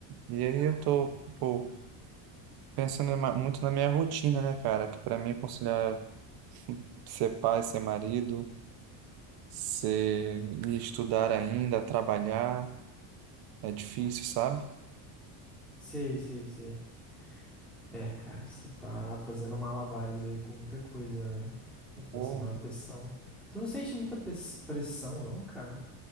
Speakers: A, on the right; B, in the centre.
A: E aí eu tô, tipo, pensando ma- muito na minha rotina, né, cara, que para mim é conciliar ser pai, ser marido, ser e estudar ainda, trabalhar, é difícil, sabe?
B: Sei, sei, sei. É, cara, você tá fazendo malabares aí com muita coisa, né? Deve estar
A: Pô,
B: sendo uma pressão. Tu não sente muita pes- pressão, não, cara?